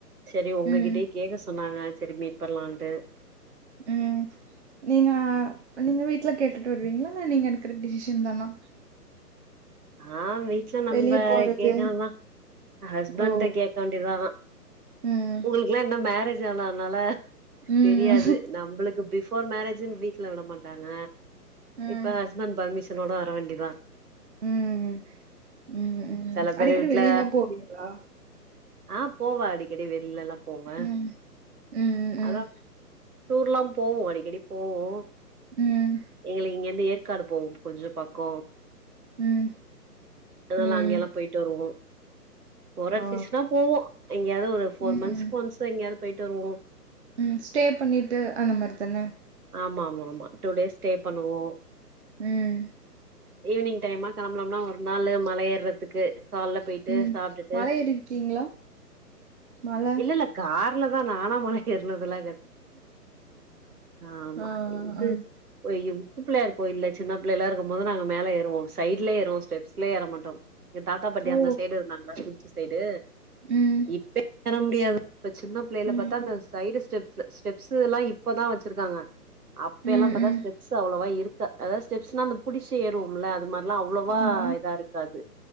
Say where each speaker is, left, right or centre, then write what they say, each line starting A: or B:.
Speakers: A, on the right; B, on the right.
A: சேரி ஒங்ககிட்டய
B: ம்
A: கேட்க சொன்னாங்க சேரி மீட் அப்ற வந்து
B: ம் நீங்க நீங்க வீட்ல கேட்டுட்டு வருவீங்ளா இல்ல நீங்க எடுக்ற டிசிஷன் தானா
A: ஆ வீட்டல நம்ம
B: வெளிய போறது
A: கேக்கனுந்தா ஹஸ்பண்ட்டே
B: ஓ
A: கே வேண்டிதா ஆனா
B: ம்
A: ஓங்ளுக்குல்லா இன்னூ மேரேஜ் ஆவாதனால
B: ம்
A: தெரியாது நம்மளுக்கு பிஃபோர் மேரேஜு வீட்ல விட மாட்டாங்க
B: ம்
A: இப்ப ஹஸ்பண்ட் பர்மிஷனோட வர வேண்டிதா
B: ம் ம் ம்
A: சில பேர்
B: அடிக்கடி
A: வீட்ல
B: வெளியேல போவீங்ளா
A: ஆ போவே அடிக்கடி வெளிலல்லா போவே
B: ம் ம் ம்
A: அதா டூர்லா போவோ அடிக்கடி போவோ
B: ம்
A: எங்களுக்கு இங்க இருந்து ஏற்காடு போவு கொஞ்சொ பக்கோ
B: ம்
A: அதனால
B: ம்
A: அங்கேல்லா போயிட்டு வருவோ போர் அடிச்சிச்சுனா
B: ஆ
A: போவோ எங்கேயாவது ஒரு ஃபோர்
B: ம்
A: மந்த்ஸ்க்கு ஒன்ஸ் எங்கயாது போயிட்டு வருவோ
B: ம் ஸ்டே பண்ணிட்டு அந்த மாரி தானே
A: ஆமா ஆமா ஆமா டூ டேஸ் ஸ்டே பண்ணுவோ
B: ம்
A: ஈவினிங் டைமா கேளம்பலம்னா ஒரு நாளு மல ஏறுறதுக்கு கால்ல போயிட்டு
B: ம்
A: சாப்ட்டுட்டு
B: மல ஏறி இருக்கீங்ளா மல
A: இல்ல இல்ல கார்ல தா நானா மல ஏற்னதுல ஆமா
B: ஆ
A: இது
B: ஆ
A: அ இது உச்சிபுள்ளையார் கோயில்ல சின்ன பிள்ளைல்லா இருக்கு போது நாங்க மேல ஏறுவோ சைட்ல ஏறுவோ ஸ்டெப்ஸ்ல ஏற மாட்டோ என் தாத்தா பாட்டி
B: ஓ
A: அந்த சைடு இருந்தாங்களா திருச்சி சைடு
B: ம்
A: இப்ப ஏற முடியாது அப்போ சின்ன பிள்ளைல
B: ம்
A: பாத்தா அந்த சைடு ஸ்டெப்ஸ் ஸ்டெப்ஸ்ல்லா இப்பதா வச் சிருக்காங்க அப்பலா
B: ம்
A: பாத்தா
B: ம்
A: ஸ்டெப்ஸ் அவ்ளவா இருக்கா அதாவ்து ஸ்டெப்ஸ்னா அது புடிச்சி ஏறுவுமுல்ல அது மாரி ஆனா அவ்ளவா
B: ஆமா
A: இதா இருக்காது